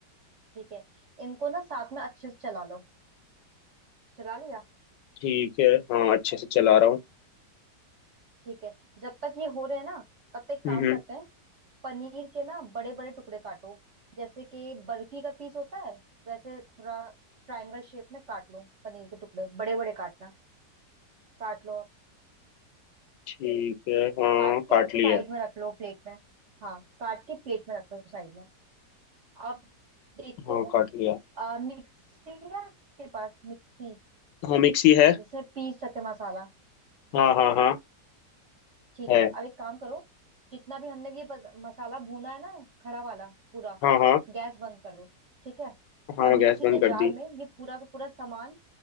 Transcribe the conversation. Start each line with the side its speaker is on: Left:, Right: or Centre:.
Right: ठीक है इनको ना साथ में अच्छे से चला लो चला लिया
Left: ठीक है हाँ अच्छे से चला रहा हूँ
Right: ठीक है जब तक ये हो रहे हैं ना तब तक एक
Left: हम्म
Right: काम
Left: हम्म,
Right: करते हैं पनीर के ना बड़े बड़े टुकड़े काटो जैसे कि बर्फी का पीस होता है वैसे थोड़ा ट्रायंगल शेप में काट लो पनीर के टुकड़े बड़े बड़े काटना काट लो
Left: ठीक है हाँ
Right: काट
Left: काट
Right: के साइड
Left: लिया
Right: में रख लो प्लेट में हाँ काट के प्लेट में रख लो साइड में अब देखो
Left: हाँ काट लिया
Right: आ, मिक्सी है आपके पास मिक्सी
Left: हाँ मिक्सी है
Right: जिससे पीस सके मसाला
Left: हाँ हाँ हाँ
Right: ठीक
Left: है
Right: है अब एक काम करो जितना भी हमने ये पस- मसाला भूना है ना खड़ा वाला पूरा
Left: हाँ हाँ
Right: गैस बंद कर दो ठीक है
Left: हाँ
Right: और मिक्सी
Left: गैस बंद
Right: के
Left: कर
Right: जार
Left: दी
Right: में ये पूरा का पूरा सामान